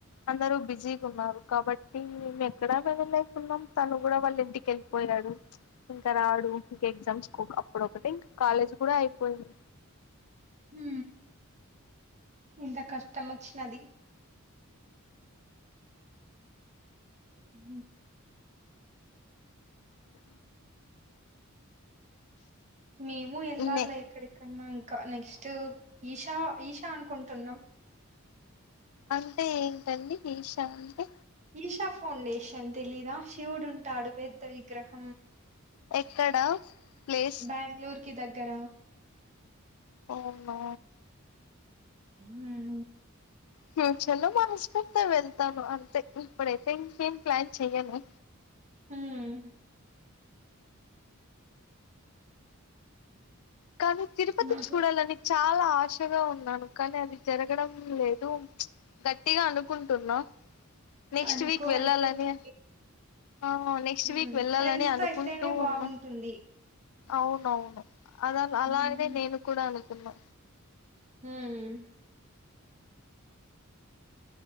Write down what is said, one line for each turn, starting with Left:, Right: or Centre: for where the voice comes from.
Left: అందరుూ బిజీగా ఉన్నారు కాబట్టి నేను ఎక్కడా వెళ్ళలే న్నాం తను కూడ వాళ్ళు ఇంటికి వెళ్ళిపోయాడు ఇంకా రాడు ఇంక ఎగ్జామ్స్ అప్పుడు ఒకటి ఇంకా కాలేజ్ కూడ అయిపోయింది
Right: హు ఎంత కష్టం వచ్చినది ఉమ్.
Left: అ
Right: మేము వెళ్ళాలల
Left: ఇన్నే
Right: ఎక్కడిక ఇంకా నెక్స్ట్ ఈషా ఈషా అనుకుంటున్నాం
Left: అంటే ఏంటండి ఈష అంటే
Right: ఈషా ఫౌండేషన్ తెలీద శివుడుంటాడు పెద్ద విగ్రహం
Left: ఎక్కడ ప్లేస్
Right: బెంగళూరు కి దగ్గరా
Left: ఓ నో
Right: మ్
Left: ఫ్యూచర్లో మా హస్బెండ్తో వెళ్తాను అంతే ఇప్పుడైతే ఇంకేం ప్లాన్ చెయ్యను.
Right: హ్మ్
Left: కానీ తిరుపతి
Right: ఉమ్
Left: చూడాలని చాలా ఆశగా ఉన్నాను కానీ అది జరగడం లేదు గట్టిగా అనుకుంటున్నా. నెక్స్ట్
Right: అనుకో
Left: వీక్ వెళ్ళాలని
Right: అయిపోతుంది
Left: ఆ నెక్స్ట్
Right: ఉమ్
Left: వీక్ వెళ్ళాలని
Right: ఫ్రెండ్స్
Left: అనుకుంటూ
Right: తో అయితేనే బాగుంటుంది
Left: ఉన్న. అవునవును. అద అలాగనే
Right: ఉమ్
Left: నేన్ కూడా అనుకున్నా.
Right: హ్మ్